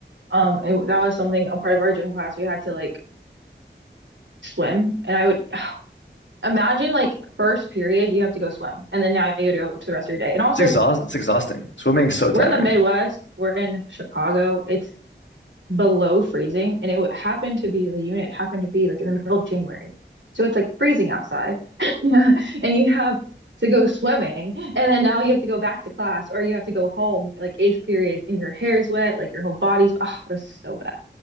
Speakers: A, on the right; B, on the left.
A: Um, and that was something a part of our gym class we had to like swim, and I would Imagine like first period, you have to go swim, and then now you have to go to the rest of your day. And also,
B: It's exhaust. It's exhausting. Swimming is so tiring.
A: we're in the Midwest, we're in Chicago, it's below freezing, and it would happen to be the unit happened to be like in the middle of January. So it's like freezing outside, <laughs> and you have to go swimming, and then now you have to go back to class or you have to go home like eighth period, and your hair is wet, like your whole body's, oh, it was so bad.